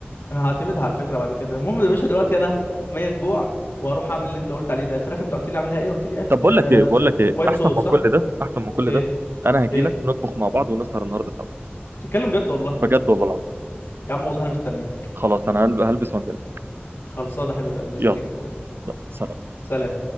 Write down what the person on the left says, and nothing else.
انا هعتمدها على فكره بعد كده المهم يا باشا دلوقتي انا ميت جوع واروح اعمل اللي انت قلت عليه ده الفراخ انت قلت لي اعملها ايه قلت لي أخ...
آه...
وايت
صوص
صح
ايه
ايه
تتكلم جد والله
يا عم والله انا مستنيك
خلصانه حبيب قلبي مستنيك
يا اخويا
سلام